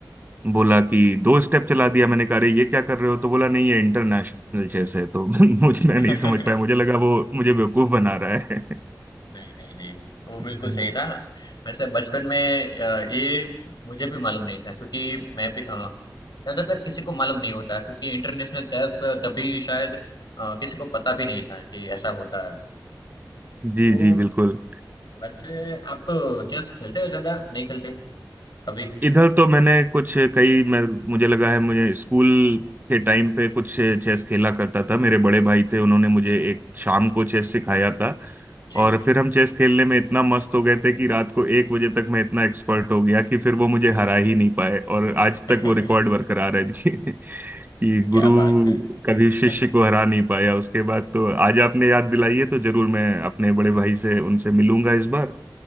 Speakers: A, on the right; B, on the left.
A: बोला कि दो स्टेप चला दिया मैंने कहा अरे ये क्या कर रहे हो तो बोला नहीं ये इंटरनेशनल चेस है तो <laughs> मुझे मैं
B: <laughs>
A: नहीं समझ पाया मुझे लगा वो मुझे बेवकूफ बना रहा है
B: नहीं नहीं जी
A: <laughs>
B: वो बिल्कुल सही था वैसे बचपन में अ, ये मुझे भी मालूम नहीं था क्योंकि मैं भी अ, ज्यादातर किसी को मालूम नहीं होता क्योंकि इंटरनेशनल चेस तभी शायद अ, किसी को पता भी नहीं था कि ऐसा होता है
A: जी
B: तो
A: जी बिल्कुल
B: वैसे आप चेस खेलते हो ज्यादा नहीं खेलते अभी
A: इधर तो मैंने कुछ कई मैं मुझे लगा है मुझे स्कूल के टाइम पे कुछ चेस खेला करता था मेरे बड़े भाई थे उन्होंने मुझे एक शाम को चेस सिखाया था
B: जी
A: और फिर हम चेस खेलने में इतना मस्त हो गए थे कि रात को एक बजे तक मैं इतना एक्सपर्ट हो गया कि फिर वो मुझे हरा ही नहीं पाए और आज
B: <laughs>
A: तक वो रिकॉर्ड बरकरार है <laughs> कि, कि
B: क्या
A: गुरु
B: बात है
A: कभी
B: <laughs>
A: शिष्य को हरा नहीं पाया उसके बाद तो आज आपने याद दिलाई है तो जरूर मैं अपने बड़े भाई से उनसे मिलूंगा इस बार